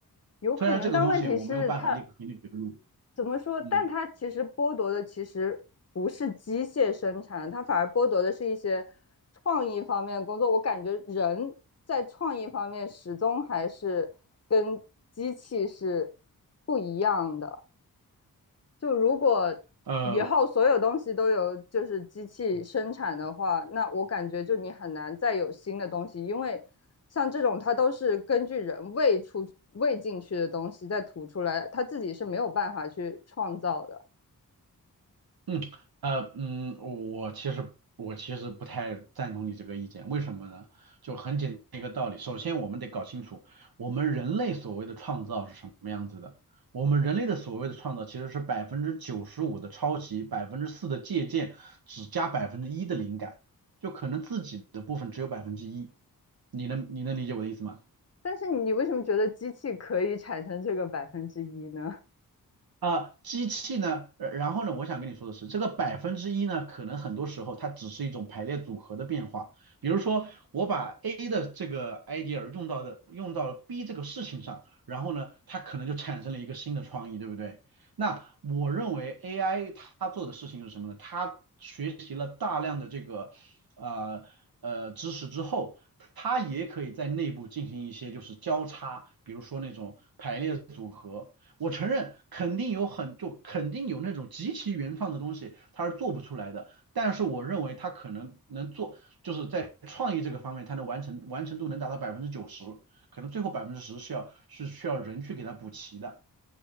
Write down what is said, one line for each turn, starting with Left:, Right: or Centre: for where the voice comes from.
Left: 有可能，
Right: 虽然这个东西我没有办法立刻给你举个例子
Left: 但问题是它怎么说？
Right: 嗯。
Left: 但它其实剥夺的其实不是机械生产，它反而剥夺的是一些创意方面的工作。我感觉人在创意方面始终还是跟机器是不一样的。就如果以后所有东西都由就是机器生产的话，
Right: 呃，
Left: 那我感觉就你很难再有新的东西，因为像这种它都是根据人喂出喂进去的东西再吐出来，它自己是没有办法去创造的。
Right: 嗯，呃，嗯，我其实我其实不太赞同你这个意见，为什么呢？就很简单一个道理，首先我们得搞清楚，我们人类所谓的创造是什么样子的。我们人类的所谓的创造其实是百分之九十五的抄袭，百分之四的借鉴，只加百分之一的灵感，就可能自己的部分只有百分之一。你能你能理解我的意思吗？
Left: 但是你为什么觉得机器可以产生这个百分之一呢？<laughs>
Right: 啊，机器呢，呃然后呢，我想跟你说的是，这个百分之一呢，可能很多时候它只是一种排列组合的变化。比如说，我把 A 的这个 idea 用到的用到了 B 这个事情上，然后呢，它可能就产生了一个新的创意，对不对？那我认为 AI 它做的事情是什么呢？它学习了大量的这个呃呃知识之后，它也可以在内部进行一些就是交叉，比如说那种排列组合。我承认肯定有很就肯定有那种极其原创的东西，它是做不出来的。但是我认为它可能能做，就是在创意这个方面，它能完成完成度能达到百分之九十，可能最后百分之十是要是需要人去给它补齐的。